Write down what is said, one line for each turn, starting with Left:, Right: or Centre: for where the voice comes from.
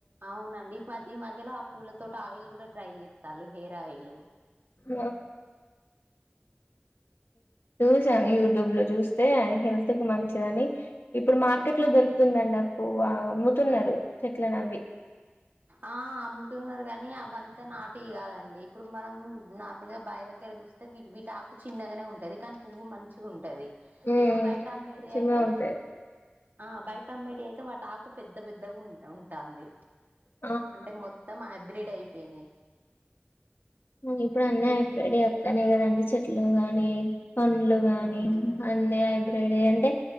Right: అవునండి ఈ మ ఈ మధ్యలో ఆ పువ్వుల తోట ఆయిల్ కూడా ట్రై చేస్తారు హెయిర్ ఆయిల్
Left: ఆ చూసాను యూట్యూబ్ లో చూస్తే హెల్త్ కు మంచిదని ఇప్పుడు మార్కెట్ లో దొరుకుతుందండి ఆ పువ్వు అమ్ముతున్నారు చెట్లలను అవి
Right: ఆ అమ్ముతున్నారు గాని కానీ అవంతా నాటి కాదండి ఇప్పుడు మనం నార్మల్గా బాయి దగ్గర చూస్తే వీటి చిన్నగానే ఉంటది కానీ పువ్వు మంచిగా ఉంటది
Left: ఉమ్
Right: ఇప్పుడు బయట అమ్మేది అయితే
Left: మంచిగా ఉంటాయి
Right: ఆ బయట అమ్మేటి అయితే వాటి ఆకు పెద్ద పెద్దగా ఉంట ఉంటాంది
Left: ఆ
Right: అంటే మొత్తం హైబ్రిడ్ అయిపోయినాయి
Left: ఇప్పుడు అన్ని హైబ్రిడ్ యే వస్తన్నాయి కదండి చెట్లు గాని పండ్లు
Right: ఉమ్
Left: గాని అన్నీ హైబ్రైడ అంటే